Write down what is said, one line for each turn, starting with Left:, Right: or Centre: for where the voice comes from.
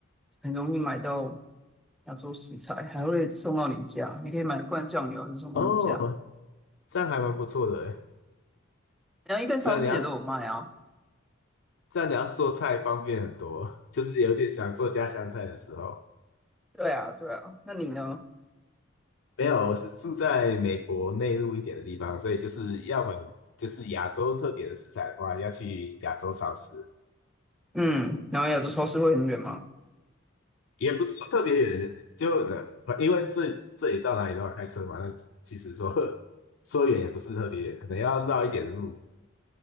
Centre: 很容易买到亚洲食材，还会送到你家。你可以买一罐酱油，就送到你家。
Left: 哦，这样还蛮不错的欸。
Centre: 然后一般超市也都有卖啊。
Left: 这样你要这样你要做菜方便很多，就是有点想做家乡菜的时候。
Centre: 对啊，对啊。那你呢？
Left: 没有，我是住在美国内陆一点的地方，所以就是要买就是亚洲特别的食材的话，要去亚洲超市。
Centre: 嗯，然后亚洲超市会很远吗？
Left: 也不是说特别远，就呃，因为这这里到哪里都要开车嘛，那其实说 <laughs> 说远也不是特别远，可能要绕一点路，